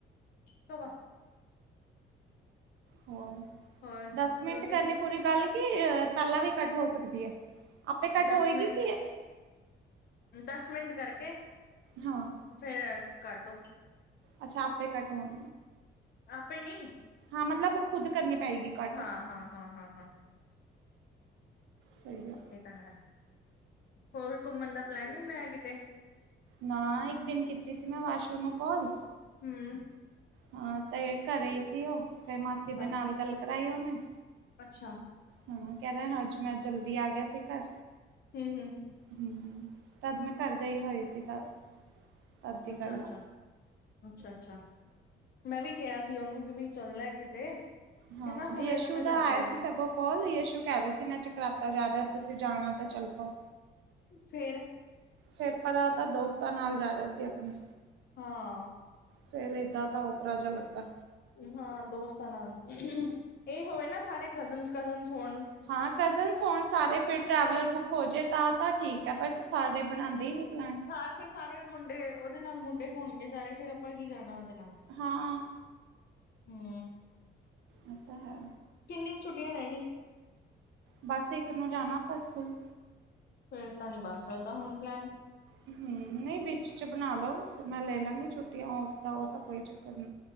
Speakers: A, on the left; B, on the right.
A: ਕਵਾ <unintelligible>
B: ਹੋ
A: ਹੋਰ
B: ਦਸ ਮਿੰਟ
A: ਰੋਟੀ
B: ਕਰਨੀੇ ਪੂਰੀ ਗੱਲ ਕਿ ਪਹਿਲਾਂ ਵੀ ਕੱਟ ਹੋ ਸਕਦੀ ਹੈ? ਆਪੇ ਕੱਟ
A: ਦਸ
B: ਹੋਏਗੀ
A: ਮਿੰਟ
B: ਕਿ ਅ
A: ਦਸ ਮਿੰਟ ਕਰਕੇ
B: ਹਾਂ
A: ਫਿਰ ਕਟਦੋ।
B: ਅੱਛਾ ਆਪੇ ਕੱਟ ਹੋ ਅ
A: ਆਪੇ ਨੀ
B: ਹਾਂ ਮਤਲਬ ਖੁਦ ਕਰਨੀ ਪਏਗੀ ਕੱਟ।
A: ਹਾਂ ਹਾਂ ਹਾਂ ਹਾਂ ਹਾਂ
B: ਸਹੀ ਆ।
A: ਇਹ ਤਾਂ ਹੈ ਹੋਰ ਘੁੰਮਣ ਦਾ ਪਲੈਨ ਨੀ ਬਣਾਇਆ ਕਿਤੇ?
B: ਨਾਇੱਕ ਦਿਨ ਕੀਤੀ ਸੀ ਮੈਂ ਵਾਸ਼ੂ ਨੂੰ ਕਾਲ
A: ਹਮ
B: ਹਾਂ ਤੇ ਘਰੇ ਹੀ ਸੀ ਉਹ ਫੇਰ ਮਾਸੀ ਦੇ
A: ਅੱਛਾ
B: ਨਾਲ ਗੱਲ ਕਰਾਈ ਉਹਨੇ।
A: ਅੱਛਾ।
B: ਹਾਂ ਕਹਿ ਰਿਹਾ ਹ ਅੱਜ ਮੈਂ ਜਲਦੀ ਆ ਗਿਆ ਸੀ ਘਰ।
A: ਹਮ ਹਮ।
B: ਹਮ ਤਦ ਮੈਂ ਘਰ ਗਈ ਹੋਈ ਸੀ ਤ ਤਦ ਦੀ
A: ਹਮ ਅੱਛਾ
B: ਗੱਲ
A: ਅੱਛਾ
B: ਆ
A: ਅੱਛਾ ਅੱਛਾ। ਮੈਂ ਵੀ ਕਿਹਾ ਸੀ ਉਹਨੂੰ ਕਿ ਬ ਚੱਲਣਾ ਕਿਤੇ
B: ਹਾਂ
A: ਕਹਿੰਦਾ ਹੁਣੇ
B: ਯਸ਼ੂ
A: ਤਾਂ ਮੈਂ
B: ਦਾ
A: ਜਾ
B: ਆਇਆ
A: ਕੇ
B: ਸੀ ਸਗੋਂ। ਹੋਲ ਯਸ਼ੂ ਕੈ ਰਏ ਸੀ, ਮੈਂ ਚਕਰਾਤਾ ਜਾ ਰਿਆ, ਤੁਸੀਂ ਜਾਣਾ ਤਾਂ ਚੱਲੋ।
A: ਫੇਰ?
B: ਫੇਰ ਪਰਾਂ ਓ ਤਾਂ ਦੋਸਤਾਂ ਨਾਲ ਜਾ ਰਿਆ ਸੀ ਆਪਣੇ।
A: ਹਾਂ।
B: ਫੇਰ ਏਦਾਂ ਤਾਂ ਓਪਰਾ ਜਾ ਲੱਗਦਾ।
A: ਹਾਂ ਦੋਸਤਾਂ ਨਾਲ, ਏ ਹੋਵੇ ਨਾ ਸਾਰੇ ਕਜ਼ਨਜ਼-ਕਜ਼ਨਜ਼ ਹੋਣ।
B: ਹਾਂ ਕਜ਼ਨਜ਼ ਹੋਣ ਸਾਰੇ ਫਿਰ ਟਰੈਵਲਰ ਬੁੱਕ ਹੋ ਜੇ ਤਾਂ ਤਾਂ ਠੀਕ ਐ ਪਰ ਸਾਰੇ ਬਣਾਦੇ ਈ ਨੀ ਪਲੈਨ।
A: ਹਾਂ ਫਿਰ ਸਾਰੇ ਮੁੰਡੇ ਓਦੇ ਨਾਲ ਮੁੰਡੇ ਹੋਣਗੇ ਸਾਰੇ ਫੇਰ ਆਪਾਂ ਕੀ ਕਰਨਾ ਓਦੇ ਨਾਲ।
B: ਹਾਂ।
A: ਹੂੰ।
B: ਏ ਤਾਂ ਹੈ।
A: ਕਿੰਨੀ ਕ ਛੁੱਟੀਆਂ ਰੈ ਗਈ?
B: ਬਸ ਇੱਕ ਨੂੰ ਜਾਣਾ ਆਪਾਂ ਸਕੂਲ।
A: ਫਿਰ ਤਾਂ ਨੀ ਬਨ ਸਕਦਾ ਹੁਣ ਪਲੈਨ।
B: ਹੂੰ ਨਈਂ ਵਿੱਚ ਚ ਬਣਾ ਲੋ, ਫਿਰ ਮੈਂ ਲੈ ਲਾਂਗੀ ਛੁੱਟੀਆਂ ਔਫ। ਤਾਂ ਓ ਤਾਂ ਕੋਈ ਚੱਕਰ ਨਈਂ,